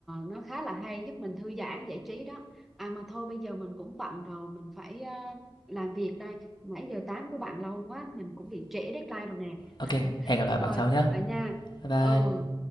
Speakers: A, in the centre; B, on the left.
A: nó khá là hay giúp mình thư giãn giải trí đó à mà thôi bây giờ mình cũng bận rồi mình phải ờ, làm việc đây nãy giờ tám của bạn lâu quá mình cũng bị trễ deadline rồi nè
B: ok
A: <laughs>
B: hẹn gặp lại
A: rồi
B: bạn sau nhé
A: vậy nha
B: Bye bye.
A: ừ